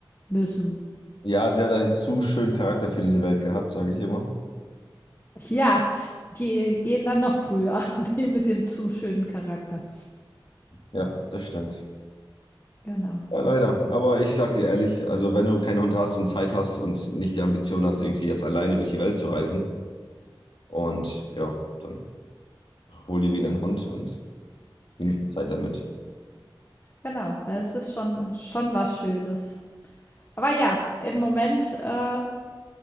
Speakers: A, on the left; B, on the left.
A: müssen.
B: Ja, sie hat einen zu schönen Charakter für diese Welt gehabt, sage ich immer.
A: Ja, die gehen dann noch früher, <laughs> die mit dem zu schönen Charakter.
B: Ja, das stimmt.
A: Genau.
B: Ja, leider. Aber ich sag dir ehrlich, also wenn du keinen Hund hast und Zeit hast und nicht die Ambition hast, irgendwie jetzt alleine durch die Welt zu reisen und ja, dann Hol dir wieder einen Hund und genieße die Zeit damit.
A: Genau, weil es ist schon, schon was Schönes. Aber ja, im Moment äh,